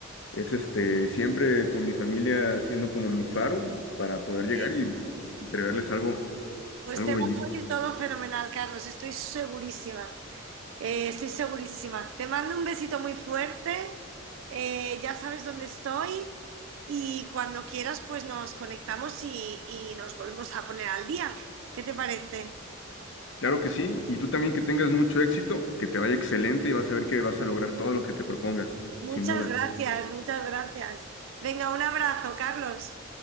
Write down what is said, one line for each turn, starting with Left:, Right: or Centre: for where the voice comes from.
Left: es este, siempre con mi familia siendo como mi faro para poder llegar
Right: Sí,
Left: y entregarles
Right: pues,
Left: algo,
Right: pues
Left: algo
Right: te va
Left: bello.
Right: a salir todo fenomenal, Carlos, estoy segurísima, eh, estoy segurísima. Te mando un besito muy fuerte, eh, ya sabes dónde estoy y cuando quieras pues nos conectamos y, y nos volvemos a poner al día. ¿Qué te parece?
Left: Claro que sí, y tú también que tengas mucho éxito, que te vaya excelente y vas a ver que vas a lograr todo lo que te propongas,
Right: Muchas
Left: sin duda.
Right: gracias, muchas gracias. Venga, un abrazo, Carlos.